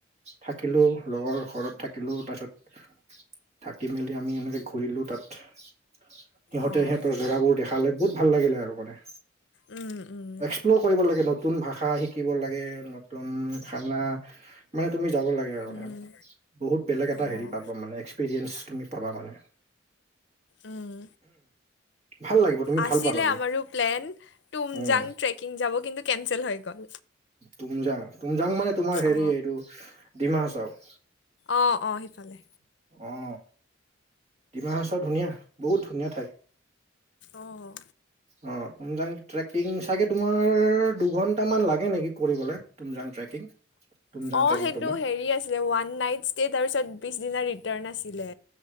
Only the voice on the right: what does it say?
থাকিলো লগৰ ঘৰত থাকিলো তাৰপিছত থাকি মেলি আমি এনেকে ঘূৰিলো তাত সিহঁতে
সিহঁতৰ জেগাবোৰ দেখালে বহুত ভাল লাগিলে আৰু মানে।
এক্সপ্ল'ৰ কৰিব লাগে নতুন ভাষা শিকিব লাগে, নতুন খানা মানে তুমি যাব লাগে আৰু
মানে বহুত বেলেগ
এটা হেৰি পাব মানে এক্স- পিৰিয়েঞ্চ তুমি পাব মানে।
ভাল লাগিব তুমি
ভাল পাবাগৈ
উম
তুমজাং তুমজাং মানে তোমাৰ হেৰি
এইটো ডিমাহাচাও
অ। ডিমাহাচাও ধুনীয়া বহুত ধুনীয়া ঠাই।
অ তুমজাং ট্ৰেকিং চাগে তোমাৰ দুঘন্টামান লাগে নেকি কৰিবলে তুমজাং ট্ৰেকিং তুমজাং
ট্ৰেকিং
তোমাৰ